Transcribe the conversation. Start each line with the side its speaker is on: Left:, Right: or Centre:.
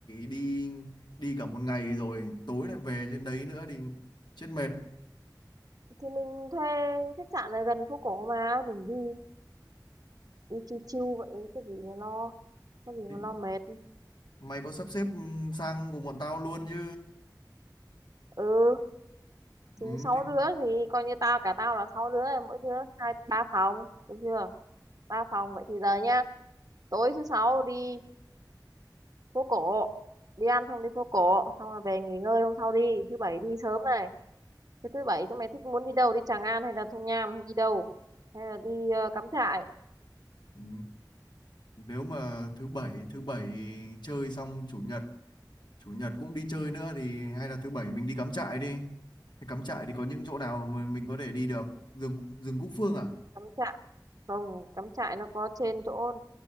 Left: đi đi cả một ngày rồi, tối lại về trên đấy nữa thì chết mệt.
Right: thì mình thuê khách sạn ở gần phố cổ mà mình đi đi chill chill vậy cái gì mà lo có gì
Left: Thì
Right: mà lo mệt
Left: mày có sắp xếp sang cùng bọn tao luôn chứ?
Right: ừ
Left: Ừ,
Right: thì sáu
Left: thích.
Right: đứa thì coi như tao cả tao là sáu đứa rồi, mỗi đứa hai ba phòng được chưa ba phòng vậy thì giờ nhá tối thứ sáu đi phố cổ đi ăn xong đi phố cổ xong rồi về nghỉ ngơi hôm sau đi thứ bảy đi sớm này Thế thứ bảy chúng mày thích muốn đi đâu đi Tràng An hay là Thung Nham hay đi đâu? Hay là đi ờ, cắm trại,
Left: Ừ, nếu mà thứ bảy thứ bảy chơi xong chủ nhật chủ nhật cũng đi chơi nữa thì hay là thứ bảy mình đi cắm trại đi Thế cắm trại thì có những chỗ nào mà mình có thể đi được rừng rừng Cúc Phương à
Right: cắm trại không, cắm trại nó có trên chỗ